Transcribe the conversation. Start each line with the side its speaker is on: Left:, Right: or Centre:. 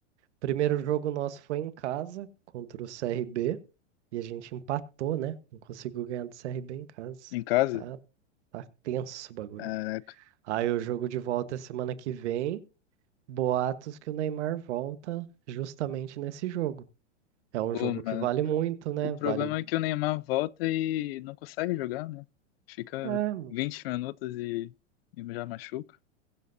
Right: primeiro jogo nosso foi em casa contra o CRB e a gente empatou, né? Não conseguiu ganhar do CRB em casa.
Left: Em casa?
Right: Tá, tá tenso o bagulho.
Left: Caraca.
Right: Aí o jogo de volta é semana que vem. Boatos que o Neymar volta justamente nesse jogo. É um
Left: Pô,
Right: jogo que
Left: mas
Right: vale muito, né?
Left: O problema
Right: Vale.
Left: é que o Neymar volta e não consegue jogar, né? Fica
Right: é,
Left: 20 minutos e, e já machuca.